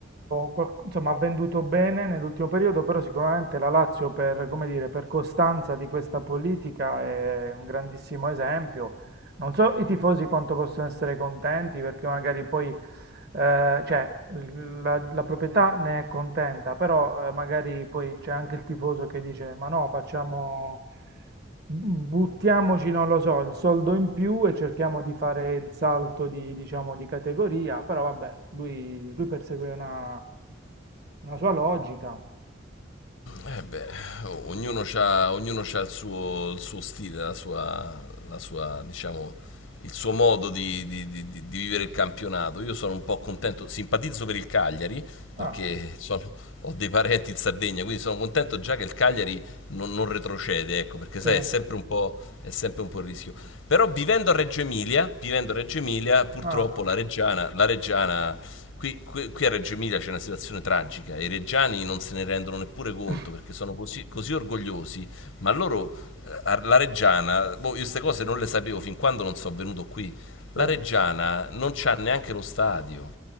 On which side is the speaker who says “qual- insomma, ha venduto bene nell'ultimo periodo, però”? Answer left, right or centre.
Right